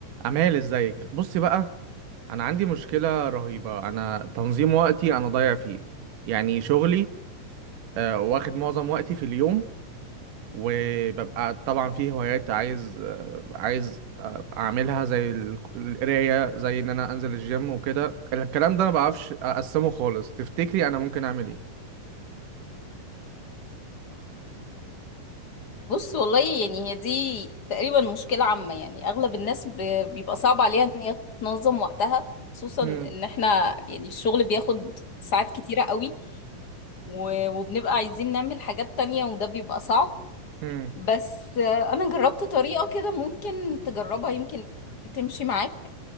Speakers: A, on the right; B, on the left.
A: أمال ازيك بصي بقى أنا عندي مشكلة رهيبة أنا تنظيم وقتي أنا ضايع فيه يعني شغلي آه، واخد معظم وقتي في اليوم وببقى طبعا فيه هوايات عايز آه، عايز آه، أعملها زي ال- القراية زي إن أنا أنزل الجيم وكده الكلام ده أنا مبعرفش أقسمه خالص تفتكري أنا ممكن أعمل إيه؟
B: بص والله يعني هي دي تقريبا مشكلة عامة يعني أغلب الناس ب- بيبقى صعب عليها إن هي تنظم وقتها خصوصا
A: هم
B: إن إحنا يعني الشغل بياخد ساعات كتيرة قوي و- وبنبقى عايزين نعمل حاجات تانية وده بيبقى صعب
A: هم
B: بس آه، أنا جربت طريقة كده ممكن تجربها يمكن تمشي معاك